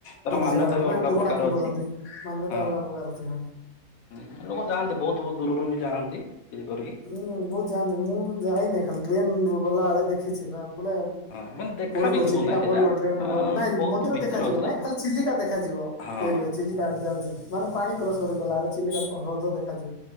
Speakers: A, on the left (about 80°); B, on the left (about 55°).
A: ତାର ମାନ୍ୟତା
B: ସେଇଟା ଗୋଟେ
A: ବି ଅଲଗା
B: ନା ପୁରୁଣା
A: ପ୍ରକାର
B: କିମ୍ବଦନ୍ତୀ
A: ଅଛି ହଁ।
B: ମାନ୍ୟତା ଅଲଗା ପ୍ରକାର ଅଛି ହଁ।
A: ହୁଁ ଲୋକ ଯାଆନ୍ତି ବହୁତ ବହୁତ ଦୂରରୁ ବି ଯାଆନ୍ତି ଇଏ କରିକି
B: ହୁଁ ବହୁତ ଯାଆନ୍ତି ମୁଁ ଯାଇନାହିଁ ଖାଲି ଟ୍ରେନ ରୁ ଗଲା ବେଳେ ଦେଖିଛି <unintelligible>
A: ହଁ ମାନେ ଦେଖା
B: ପଡିବ
A: ବି ଯିବ
B: ଚିଲିକା
A: ନାହିଁ ସେଇଟା
B: ପଡିବ ଟ୍ରେନ ରୁ ଗଲେ ନାଇଁ
A: ବହୁତ
B: ମନ୍ଦିର
A: ଭିତରେ
B: ଦେଖାଯିବ
A: ଅଛି ତ
B: ନାଇଁ ଖାଲି ଚିଲିକା ଦେଖାଯିବ
A: ହଁ
B: କହିବେ ଚିଲିକା ହେଟି ଯାଉଛି ମାନେ ପାଣି କ୍ରସ କରିକି ଗଲାବେଳେ ଚିଲିକା ହ୍ର ହ୍ରଦ ଦେଖାଯିବ।